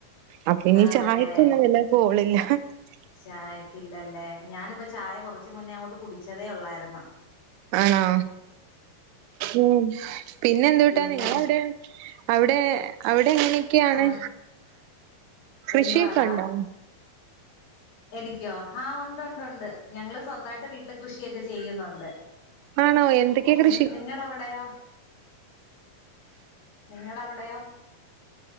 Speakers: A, on the right; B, on the left.
A: അപ്പ ഇനി
B: ആന്നല്ലേ
A: ചായക്കൊന്നും വല്ല പോളില്ല <unintelligible>
B: ചായക്കില്ലല്ലേ ഞാനിപ്പ ചായ കുറച്ച മുന്നേ അങ്ങോട്ട് കുടിച്ചതേ ഒള്ളായിരുന്നു
A: ആണോ ഉം പിന്നെ എന്ത്‌ വിട്ടാ
B: പിന്നെ
A: നിങ്ങളവിടെ അവിടെ അവിടെങ്ങനേ ഒക്കെയാണ്
B: ആഹ്
A: കൃഷിയൊക്ക
B: എന്തുവാടാ
A: ഉണ്ടോ
B: എനിക്കോ ആ ഉണ്ട് ഉണ്ട് ഉണ്ട് ഞങ്ങള് സ്വന്തായിട്ട് വീട്ടില് കൃഷിയൊക്ക ചെയ്യുന്നുണ്ട്
A: ആണോ എന്തൊക്കെയാ കൃഷി
B: നി നിങ്ങടെ അവിടെയോ നിങ്ങടെ അവിടെയോ